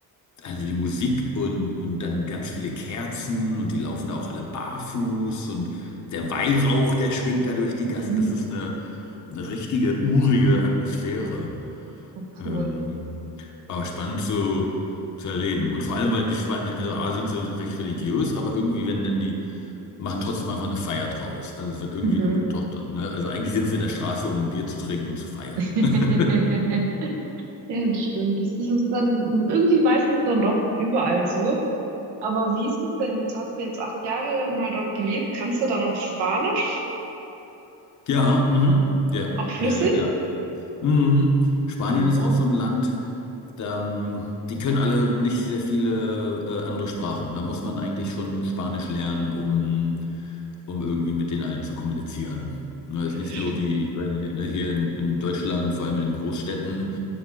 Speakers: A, on the left; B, on the right.
A: also die Musik und, und dann ganz viele Kerzen und die laufen da auch alle barfuß und der Weihrauch, der schwingt da durch die Gassen.
B: Mhm.
A: Das ist eine, eine richtige urige Atmosphäre.
B: Oh,
A: Ähm,
B: cool.
A: aber spannend zu, zu erleben. Und vor allem, weil die Span also A sind sie recht religiös, aber irgendwie, wenn denn die machen trotzdem einfach eine Feier draus. Also es wird irgendwie
B: Mhm.
A: immer doch, ne? Also eigentlich sind sie in der Straße, um ein Bier zu trinken und zu feiern.
B: <laughs>
A: <laughs>
B: Ja, das stimmt. Das ist dann irgendwie meistens dann doch überall so. Aber wie ist es denn? Jetzt hast du jetzt acht Jahre mal dort gelebt. Kannst du dann auch Spanisch?
A: Ja, mhm. Ja,
B: Auch flüssig?
A: ja, ja, ja. Mhm. Spanien
B: Oh,
A: ist
B: wow.
A: auch so ein Land, da, ähm, die können alle nicht sehr viele äh, andere Sprachen. Da muss man eigentlich schon Spanisch lernen, um, um irgendwie mit denen allen zu kommunizieren. Ne, ist
B: Ja,
A: nicht
B: das stimmt.
A: nur wie, ich weiß nicht, ne, hier in, in Deutschland, vor allem in den Großstädten,